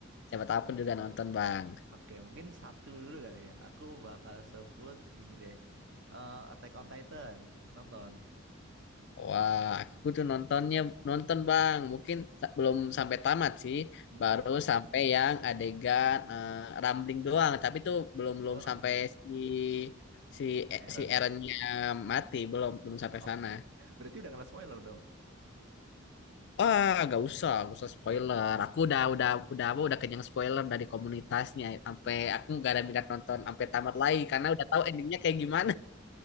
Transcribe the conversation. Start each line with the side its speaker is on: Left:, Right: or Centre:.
Left: siapa tahu pun juga nonton, Bang.
Right: Oke, mungkin satu dulu kali ya. Aku bakal sebut ini deh. Eh, Attack on Titan. Nonton.
Left: Wah, aku tuh nontonnya nonton Bang. Mungkin sa- belum sampai tamat sih,
Right: Hmm.
Left: baru sampai yang adegan eh, rambling doang. Tapi tuh belum belum
Right: Oh, Rumbling.
Left: sampai si si eh,
Right: Eren.
Left: si Eren-nya mati, belum belum sampai
Right: Oh, <laughs>
Left: sana.
Right: berarti udah kena spoiler dong.
Left: Wah, gak usah, gak usah spoiler. Aku udah udah udah apa udah kenyang spoiler dari komunitasnya. Sampai aku gak ada minat nonton sampai tamat lagi karena udah tahu endingnya kayak gimana.